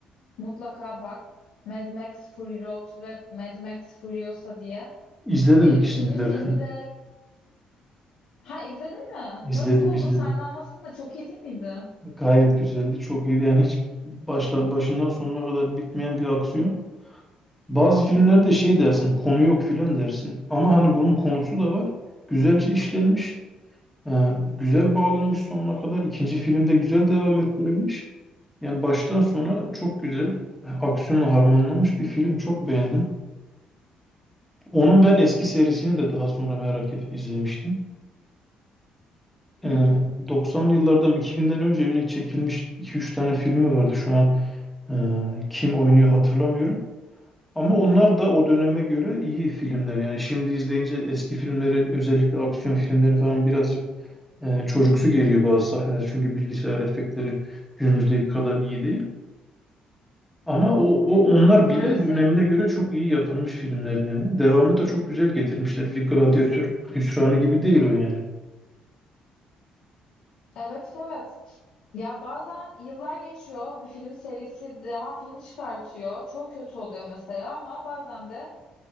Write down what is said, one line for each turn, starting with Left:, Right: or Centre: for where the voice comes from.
Left: mutlaka bak. Mad Max Fury Road ve Mad Max Furiosa diye.
Centre: İzledim
Left: Ee,
Centre: ikisini
Left: ikinci filmi
Centre: de ben.
Left: de Ha izledin mi?
Centre: İzledim
Left: Nasıl buldun?
Centre: izledim.
Left: Sen de anlatsana da çok iyi değil miydi?
Centre: Gayet güzeldi. Çok iyiydi. Yani hiç başla, başından sonuna kadar bitmeyen bir aksiyon. Bazı filmlerde şey dersin, konu yok filan dersin. Ama hani bunun konusu da var. Güzelce işlenmiş. Ee, güzel bağlanmış sonuna kadar. İkinci filmde güzel devam ettirilmiş. Yani baştan sona çok güzel, e, aksiyonla harmanlanmış bir film. Çok beğendim. Onun ben eski serisini de daha sonra merak edip izlemiştim. Ee,
Left: Hı hı.
Centre: 90'lı yıllardan 2000'den önce mi çekilmiş 2-3 tane filmi vardı şu an. e, kim oynuyor hatırlamıyorum. Ama onlar da o döneme göre iyi filmler. Yani şimdi izleyince eski filmleri özellikle aksiyon filmleri falan birazcık e, çocuksu geliyor bazı sahneler. Çünkü bilgisayar efektleri günümüzdeki kadar iyi değil. Ama o, o onlar
Left: Maalesef.
Centre: bile dönemine göre çok iyi yapılmış filmler yani. Devamını da çok güzel getirmişler. Bir gladyatör hüsranı gibi değil o yani.
Left: Evet evet. Ya bazen yıllar geçiyor bir film serisi devam filmi çıkartıyor. Çok kötü oluyor mesela ama bazen de